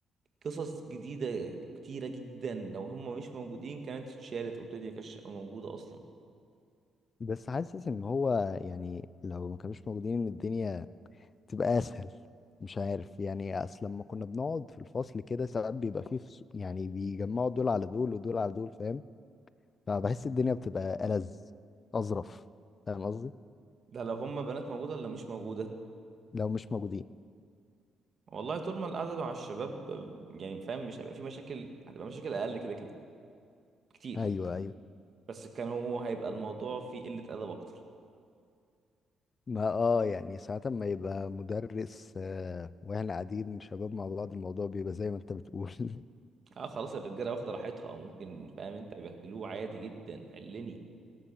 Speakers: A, on the right; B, on the left.
A: قصص جديدة كتيرة جدا لو هم مش موجودين كانت اتشالت اوريدي مكانتش موجودة اصلا
B: بس حاسس ان هو يعني لو ما كانوش موجودين ان الدنيا تبقى اسهل مش عارف يعني اصل لما كنا بنقعد في الفصل كده ساعات بيبقى فيه فص- يعني بيجمعوا دول على دول ودول على دول فاهم فبحس الدنيا بتبقى ألذ اظرف فاهم قصدي
A: ده لو هم بنات موجودة ولا مش موجودة
B: لو مش موجودين
A: والله طول ما القعدة مع الشباب يعني فاهم مش هيبقى في مشاكل هتبقى مشاكل اقل كده كده كتير
B: ايوه ايوه
A: بس كانوا هيبقى الموضوع فيه قلة أدب أكتر
B: ما اه يعني ساعات ما يبقى مدرس آه، واحنا قاعدين شباب مع بعض الموضوع بيبقى زي ما انت بتقول <laughs>
A: اه خلاص الرجالة واخدة راحتها ممكن فاهم انت يبهدلوه عادي جدا حلني